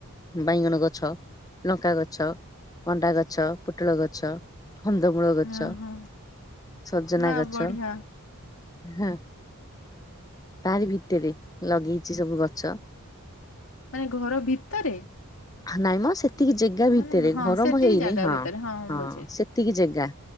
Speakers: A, on the left; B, on the left.
A: ବାଇଗଣ ଗଛ ଲଙ୍କା ଗଛ ଭଣ୍ଡା ଗଛ ପୋଟଳ ଗଛ କନ୍ଦମୂଳ ଗଛ
B: ଓହୋ
A: ସଜନା
B: ମା
A: ଗଛ
B: ବଢିଆ।
A: ହଁ ତାରି ଭିତରେ ଲଗେଇଛି ସବୁ ଗଛ।
B: ମାନେ ଘର ଭିତରେ?
A: ନାଇଁ ମ ସେତିକି ଜାଗା ଭିତରେ
B: ମାନେ ହଁ
A: ଘରମ
B: ସେତିକି
A: ହେଇନି
B: ଜାଗା
A: ହଁ
B: ଭିତରେ
A: ହଁ
B: ବୁଝିଲି।
A: ସେତିକି ଜେଗା